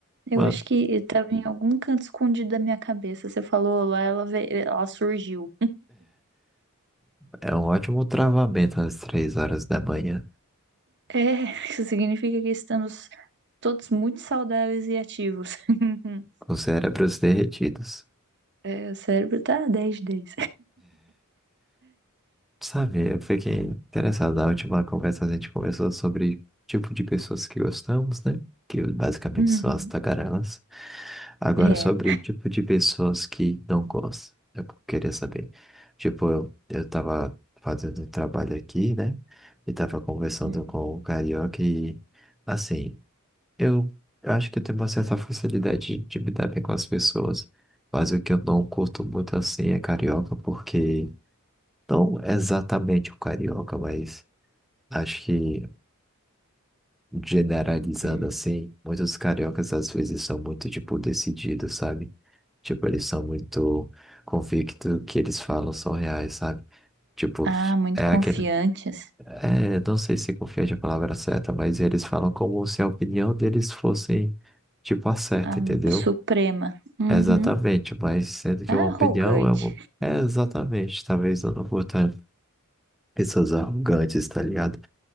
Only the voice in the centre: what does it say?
Mano,
é um ótimo travamento às três horas da manhã,
com cérebros derretidos.
Sabe, eu fiquei interessado. Na última conversa a gente conversou sobre tipo de pessoas que gostamos, né? Que basicamente
são as tagarelas. Agora,
sobre tipo de pessoas que não gostam. Eu queria saber. Tipo, eu, eu tava fazendo um trabalho aqui, né? E tava conversando
com o carioca e, assim, eu, eu acho que eu tenho uma certa facilidade de, de me dar bem com as pessoas. Mas o que eu não curto muito assim é carioca, porque. Não exatamente o carioca, mas acho que generalizando
assim, muitos cariocas às vezes são muito, tipo, decididos, sabe? Tipo, eles são muito convictos que eles falam são reais, sabe? Tipo,
é
aquele. É, não sei se confiante é a palavra certa, mas eles falam como se a opinião deles fosse, tipo, a certa,
entendeu?
Exatamente, mas sendo que
uma opinião
é uma. É exatamente, talvez eu não vou estar. Pessoas arrogantes, tá ligado?